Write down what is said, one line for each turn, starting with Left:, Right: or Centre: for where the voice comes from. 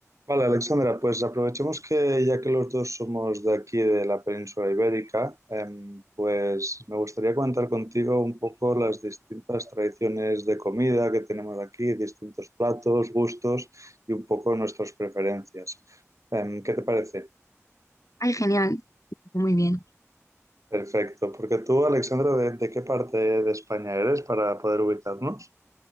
Right: Vale, Alexandra, pues aprovechemos que ya que los dos somos de aquí, de la península ibérica, em, pues me gustaría comentar contigo un poco las distintas tradiciones de comida que tenemos aquí, distintos platos, gustos y un poco nuestras preferencias. Em, ¿qué te parece?
Left: Ay, genial, muy bien.
Right: Perfecto, porque tú, Alexandra, ¿de, de qué parte de España eres para poder ubicarnos?